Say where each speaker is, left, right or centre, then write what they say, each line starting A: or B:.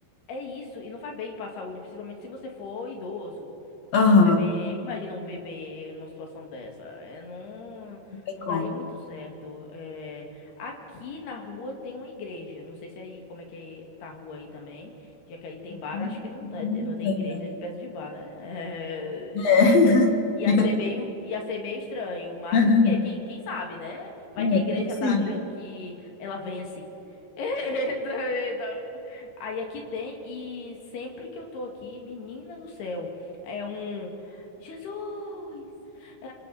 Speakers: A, on the left; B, on the left.
A: É isso, e não faz bem pra saúde, principalmente se você for idoso.
B: Aham,
A: Se for bebê, imagina um bebê numa situação dessa. É, não,
B: não tem
A: não
B: como.
A: daria muito certo. É, aqui na rua tem uma igreja. Não sei se aí como é que tá a rua aí também. Já que aí tem bar,
B: Não
A: acho que não, é, não tem
B: tem,
A: igreja
B: não.
A: perto de bar, né? <laughs>
B: É, <laughs>
A: É, ia, ia ser
B: fica.
A: meio, ia ser meio estranho, mas
B: Aham,
A: que, que- quem sabe, né? Vai
B: É,
A: que a igreja
B: tudo possível.
A: tá achando que ela vence. <laughs> Aí aqui tem, e sempre que eu tô aqui, menina do céu, é um Jesus, é